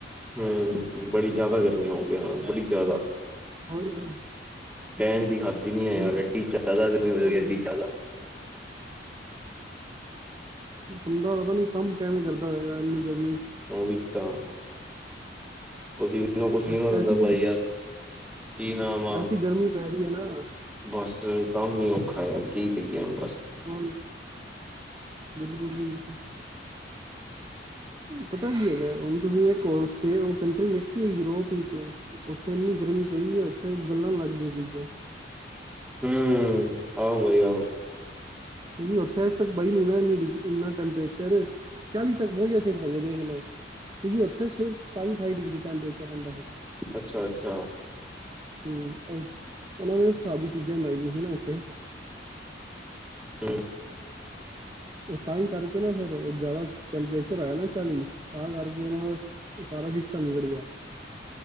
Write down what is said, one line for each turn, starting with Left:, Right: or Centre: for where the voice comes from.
Centre: ਹਮ, ਬੜੀ ਜ਼ਿਆਦਾ ਗਰਮੀਆਂ ਹੋ ਗਈਆਂ ਬੜੀ ਜ਼ਿਆਦਾ।
Right: ਹੋਰ
Centre: ਫੈਣ ਦੀ ਹੱਦ ਹੀ ਨਹੀਂ ਹੈ
Right: ਹੁਣ
Centre: ਯਾਰ ਐਡੀ ਜ਼ਿਆਦਾ ਗਰਮੀ ਹੋ ਜਾਵੇਗੀ
Right: ਉਹੀ
Centre: ਐਡੀ ਜ਼ਿਆਦਾ।
Right: ਬੰਦਾ ਪਤਾ ਨੀ ਕੰਮ ਕਿਵੇਂ ਕਰਦਾ ਹੋਏਗਾ ਇੰਨੀ ਗਰਮੀ।
Centre: ਹੋਵ ਤਾਂ ਪਸਮੀਨੋ-
Right: ਚ
Centre: ਪਸਮੀਨੋ ਰਹਿੰਦਾ
Right: ਐਸੀ ਵੈਸੀ
Centre: ਬਾਈ ਯਾਰ। ਕੀ ਨਾਮ ਆ।
Right: ਐਸੀ ਗਰਮੀ ਪੈ ਰਹੀ ਹੈ ਨਾ
Centre: ਬਸ ਕੰਮ ਹੀ ਔਖਾ ਆ ਕੀ ਕਹੀਏ ਹੁਣ ਬਸ।
Right: ਹੋਰ। ਦ ਬ ਪਤਾ ਕੀ ਹੈਗਾ। ਹੁਣ ਤੁਸੀਂ ਇੱਕ ਹੋ ਸਟੇ ਕੰਟਰੀ ਵੇਖੀ ਯੂਰੋਪ ਵਿੱਚ ਉੱਥੇ ਇੰਨੀ ਗਰਮੀ ਪਈ ਹੈ ਉੱਥੇ ਗੱਲਾਂ ਲੱਗ ਗਈਆਂ ਸੀ।
Centre: ਹਮ। ਆਓ ਭਾਈ ਆਓ।
Right: ਕਿਉਂਕਿ ਉੱਥੇ ਤੱਕ ਬਾਈ ਨੀ ਨਾ ਇੰਨੀ ਡਿ ਇੰਨਾ ਟੈਂਪਰੇਚਰ। ਚਾਲੀ ਤੱਕ ਬਹੁਥੇਾਈ ਦੇਖ ਲੋ। ਕਿਉਂਕਿ ਉੱਥਰ ਸਤਾਈ- ਅਠਾਈ ਡਿਗਰੀ ਟੈਂਪਰੇਚਰ ਰਹਿੰਦਾ ਸੀ।
Centre: ਅੱਛਾ -ਅੱਛਾ
Right: ਹਮ, ਉਹਨਾਂ ਨੇ ਸਾਰੀ ਚੀਜ਼ਾਂ ਲਾਈਆਂ ਸੀ ਨਾ ਉੱਥੇ।
Centre: ਹਠ
Right: ਤਾਂ ਹੀ ਕਰਕੇ ਨਾ ਫਿਰ ਜ਼ਿਆਦਾ ਟੈਂਪਰੇਚਰ ਆਇਆ ਨਾ ਚਾਲੀ ਤਾਂ ਕਰਕੇ ਉਹਨਾਂ ਦਾ। ਸਾਰਾ ਸਿਸਟਮ ਵਿਗੜ ਗਿਆ।